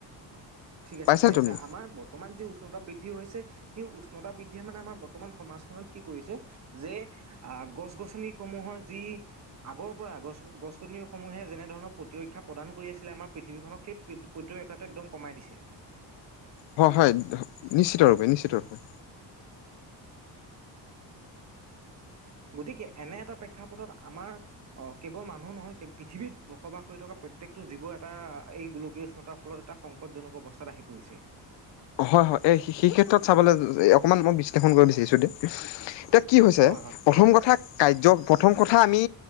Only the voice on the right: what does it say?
ঠিক আছে
ঠিক আছে
আমাৰ বৰ্তমান যি উষ্ণতা বৃদ্ধি বৃদ্ধি হৈছে এই উষ্ণতা বৃদ্ধিয়ে মানে আমাৰ বৰ্তমান সমাজ খনত কি কৰিছে যে গছ গছ গছনিসমূহৰ যি আগৰ পৰা গছ, গছ- গছনি সমূহে যেনে ধৰণৰ প্ৰতিৰক্ষা প্ৰদান কৰি আছি আমাৰ পৃথিৱীখনক সেই প্ৰতিৰক্ষাটো একদম কমাই দিছে
গতিকে এনে এটা প্ৰেক্ষাপটত আমাৰ আহ কেৱল মানুহ নহয় পৃথিৱীত বসবাস কৰি থকা প্ৰত্যেকটো জীৱ এটা এই গোলকীয় উষ্ণতাৰ ফলত এটা সংকটজনক অৱস্থাত আহি পৰিছে।
হয় হয়